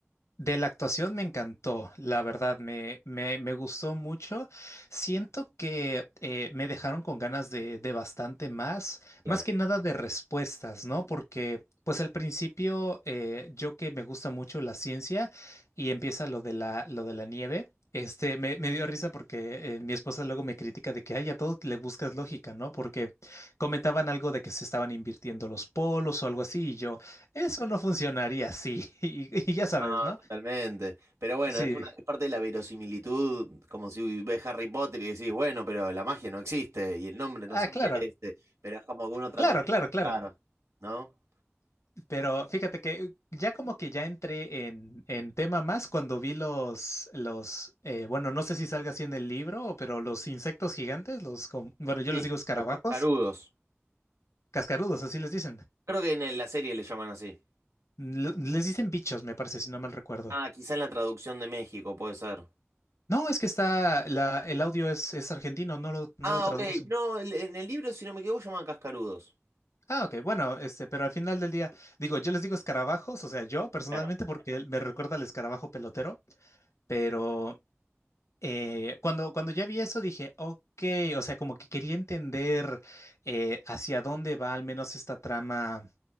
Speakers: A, on the left (about 85°); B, on the right (about 85°).
A: De la actuación me encantó, la verdad, me, me, me gustó mucho. Siento que eh, me dejaron con ganas de, de bastante más,
B: Claro.
A: más que nada de respuestas, ¿no? Porque, pues al principio, eh, yo que me gusta mucho la ciencia y empieza lo de la, lo de la nieve. Este, me, me dio risa porque eh, mi esposa luego me critica de que, ay, a todo le buscas lógica, ¿no? Porque comentaban algo de que se estaban invirtiendo los polos o algo así, y yo, eso no funcionaría así, <laughs> y y ya sabes,
B: No,
A: ¿no?
B: totalmente. Pero bueno,
A: Sí.
B: es una, es parte de la verosimilitud, como si ves Harry Potter y decís, bueno, pero la magia no existe y el nombre no
A: Ah,
B: sé
A: claro.
B: es este, pero es como que uno trata
A: Claro,
B: de hacer
A: claro, claro.
B: claro, ¿no?
A: Pero fíjate que ya como que ya entré en, en tema más cuando vi los, los, eh, bueno, no sé si salga así en el libro, pero los insectos gigantes, los, com- bueno, yo
B: Sí,
A: les digo escarabajos,
B: los cascarudos.
A: cascarudos, así les dicen.
B: Creo que en el- la serie le llaman así.
A: L- les dicen bichos, me parece, si no mal recuerdo.
B: Ah, quizá en la traducción de México puede ser.
A: No, es que está, la, el audio es, es argentino, no lo, no
B: Ah,
A: lo traducen.
B: ok. No, el- en el libro, si no me equivoco, llaman cascarudos.
A: Ah, ok, bueno, este, pero al final del día, digo, yo les digo escarabajos, o sea, yo personalmente,
B: Claro.
A: porque me recuerda al escarabajo pelotero. Pero eh, cuando, cuando ya vi eso dije, ok, o sea, como que quería entender eh, hacia dónde va al menos esta trama,